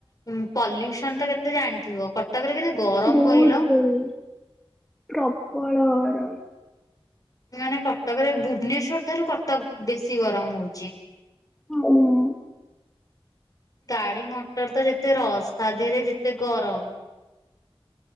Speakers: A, on the left; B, in the centre.
A: ହୁଁ ପଲ୍ୟୁସନ ତ କେତେ ଜାଣିଥିବ। କଟକରେ କେତେ ଗରମ
B: ବହୁତ
A: କହିଲ?
B: ବୁଲି ପ୍ରବଳ ଗରମ।
A: ଆ ମାନେ କଟକରେ ଭୁବନେଶ୍ଵର ଠାରୁ କଟକ ବେଶୀ ଗରମ ହଉଚି।
B: ହ ହଁ।
A: ଗାଡି ମଟର ତ ଯେତେ ରସ୍। ତା ଧରେ ଯେତେ ଗରମ।